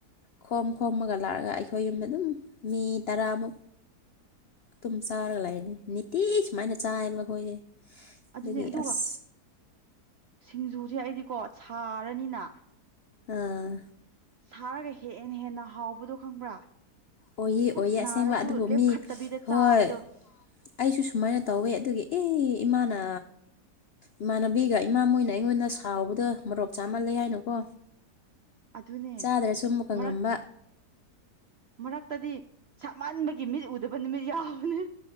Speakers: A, on the left (about 90°); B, on the right (about 70°).
A: ꯈꯣꯝ ꯈꯣꯝꯃꯒ ꯂꯥꯛꯑꯒ ꯑꯩꯈꯣꯏ ꯌꯨꯝꯗ ꯑꯗꯨꯝ ꯃꯤ ꯇꯔꯥꯃꯨꯛ ꯇꯨꯝ ꯆꯥꯔꯒ ꯂꯩꯥꯛꯏꯅꯦ ꯅꯤꯇꯤ ꯁꯨꯃꯥꯏꯅ ꯆꯥꯏꯌꯦꯕ ꯑꯩꯈꯣꯏꯁꯦ
B: ꯑꯗꯨꯅꯦ
A: ꯑꯗꯨꯒꯤ
B: ꯑꯗꯨꯒ
A: ꯑꯁ
B: ꯁꯤꯡꯖꯨꯁꯦ ꯑꯩꯗꯤꯀꯣ ꯁꯥꯔꯅꯤꯅ
A: ꯑꯥ
B: ꯁꯥꯔꯒ ꯍꯦꯛ ꯍꯦꯟꯅ ꯍꯦꯟꯅ ꯍꯥꯎꯕꯗꯣ ꯈꯪꯕ꯭ꯔꯥ
A: ꯑꯣꯏꯏ
B: ꯄꯨꯛ
A: ꯑꯣꯏꯌꯦ ꯑꯁꯦꯡꯕ
B: ꯅꯥꯔꯁꯨ
A: ꯑꯗꯨꯕꯨ
B: ꯂꯦꯞꯈꯠꯇꯕꯤꯗ
A: ꯃꯤ ꯍꯣꯏ
B: ꯆꯥꯕꯗꯣ
A: ꯑꯩꯁꯨ ꯁꯨꯃꯥꯏꯅ ꯇꯧꯋꯦ ꯑꯗꯨꯒꯤ ꯏ ꯏꯃꯥꯅ ꯏꯃꯥꯟꯅꯕꯤꯒ ꯏꯃꯥ ꯃꯣꯏꯅ ꯑꯩꯉꯣꯟꯗ ꯁꯥꯎꯕꯗ ꯃꯔꯣꯛ ꯆꯥꯃꯜꯂꯦ ꯍꯥꯏꯅꯀꯣ
B: ꯑꯗꯨꯅꯦ
A: ꯆꯥꯗ꯭ꯔꯁꯨ ꯃꯨꯛꯀ
B: ꯃꯔꯛ
A: ꯉꯝꯕ
B: ꯃꯔꯛꯇꯗꯤ ꯁꯞꯃꯟꯕꯒꯤ ꯃꯤꯠ ꯎꯗꯕ ꯅꯨꯃꯤꯠ ꯌꯥꯎꯅꯤ